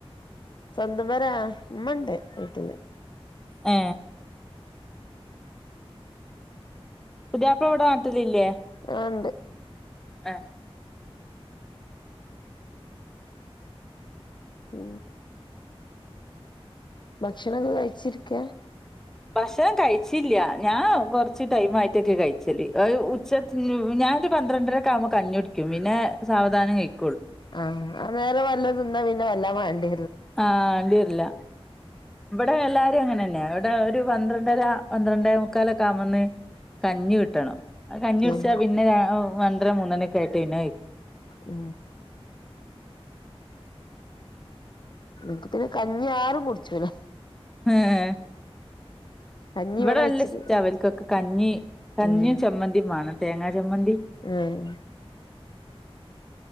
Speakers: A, on the left (about 50°); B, in the centre.
A: സ്വന്തം വരാ ഉമ്മണ്ട് വീട്ടില്
B: ഏ പുതിയപ്പള ഇവിടെ നാട്ടിലി ല്ലേ
A: ആ ഉണ്ട്
B: ഏ
A: ഉ ഭക്ഷണംക്കെ കഴിച്ചിരിക്ക
B: ഭക്ഷണം കഴിച്ചില്ല ഞാൻ കുറച്ച് ടൈം ആയിട്ടൊക്കെ കഴിച്ചല് ഉച്ച തി ഞ ഞാനൊരു പന്ത്രണ്ടരക്കെ ആക്മ്പോ കഞ്ഞിടിക്കും പിന്നെ സാവധാനം കഴിക്കും
A: ആഹ് അ നേരരെ വല്ല തിന്നാ പിന്നെ വല്ല വണ്ടി
B: ആ് വണ്ടിരില്ല ഇവിടെ എല്ലാവ അങ്ങനെന്നെ അവിടെ ഒരു പന്ത്രണ്ടര പന്ത്രണ്ടെ മുക്കാല ഒക്കെ ആമന്ന് കഞ്ഞി കിട്ടണം കഞ്ഞൊടിച്ചാ
A: ഉം
B: പിന്നെ ഒന്ണ്ടര മൂന്നണ ഒക്കെ ആയിട്ട് ഇന
A: ഉ നിക്ക് പിന്നെ കഞ്ഞിയാറും കുടിച്ചല
B: ആഹ
A: കഞ്ഞി
B: ഇവിടെ
A: വെച്ചിട്ട്
B: ഇഷ്ട്ട അവലക്കൊക്കെ കഞ്ഞി കഞ്ഞിയും
A: ഉം
B: ചമ്മന്തിയുംമാണ് തേങ്ങാ ജമ്മതി
A: ഉം